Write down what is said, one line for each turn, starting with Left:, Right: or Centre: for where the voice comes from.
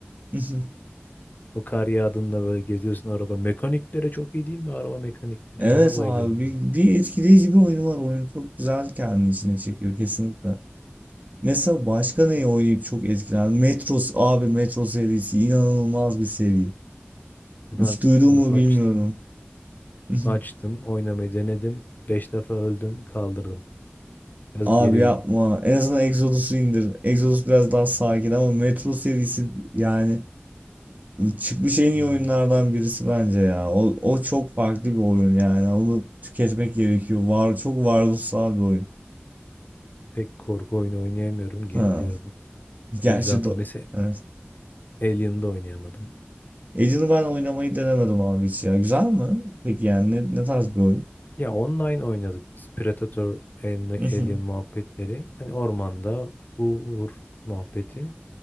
Right: <laughs>
Left: O kar yağdığında böyle geziyorsun araba. Mekanikleri çok iyi değil mi? Araba mekanikleri.
Right: Evet
Left: ya? Ona bayılıyorum
Right: abi bir,
Left: ben.
Right: bir etkileyici bir oyunu var. Oyun çok güzel kendi içine çekiyor kesinlikle. Mesela başka neyi oynayıp çok etkilendim? Metros abi Metro serisi inanılmaz bir seri.
Left: Ben
Right: Hiç duydun
Left: onu
Right: mu bilmiyorum.
Left: açtım.
Right: <laughs>
Left: Açtım. Oynamayı denedim. Beş defa öldüm. Kaldırdım. Biraz
Right: Abi
Left: gerildim.
Right: yapma. En azından Exodus'u indir. Exodus biraz daha sakin ama Metro serisi yani çıkmış en iyi
Left: Bilmiyorum.
Right: oyunlardan birisi bence ya. O, o çok farklı bir oyun yani. Onu tüketmek gerekiyor. Var, çok varoluşsal bir oyun.
Left: Pek korku oyunu oynayamıyorum. Geriliyorum.
Right: Ha. Gerçi
Left: O yüzden
Right: do-
Left: dolayı mesela
Right: evet.
Left: Alien'da oynayamadım.
Right: Alien'ı ben oynamayı denemedim abi hiç ya. Güzel mi? Peki yani ne, ne tarz bir oyun?
Left: Ya online oynadık biz. Predator Alien,
Right: <laughs>
Left: Alien muhabbetleri. Hani ormanda bu vur muhabbeti.